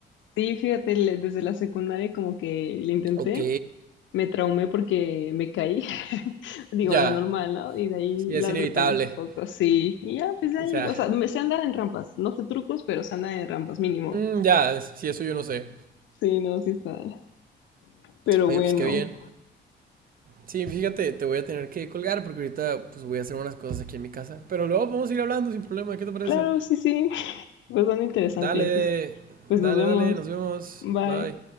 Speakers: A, on the left; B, on the right.
A: Sí, fíjate, le- desde la secundaria como que le intenté,
B: Ok.
A: me traumé porque me caí digo,
B: Ya.
A: lo normal, ¿no? Y de ahí
B: Sí,
A: la
B: es inevitable.
A: retomé hace poco, sí. Y ya, pues ahí,
B: O sea,
A: o sea, me sé andar en rampas, no sé trucos, pero sé andar en rampas mínimo.
B: mm, ya, sí, eso yo no sé.
A: Sí, no, sí está. Pero
B: Oye,
A: bueno,
B: pues qué bien. Sí, fíjate, te voy a tener que colgar porque ahorita pues voy a hacer unas cosas aquí en mi casa. Pero luego podemos ir hablando sin problema, ¿qué te parece?
A: claro, sí, sí, <laughs> pues son interesante,
B: Dale,
A: pues, pues nos
B: dale,
A: vemos.
B: dale, nos vemos.
A: Bye.
B: Bye.